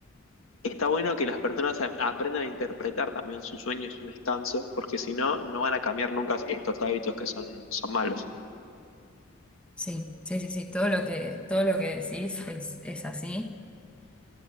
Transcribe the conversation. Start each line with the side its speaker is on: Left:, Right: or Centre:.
Left: está bueno que las personas a- aprendan a interpretar también su sueño y su descanso, porque si no, no van a cambiar nunca estos hábitos que son, son malos.
Centre: Sí, sí, sí, sí, todo lo que, todo lo que decís es, es así.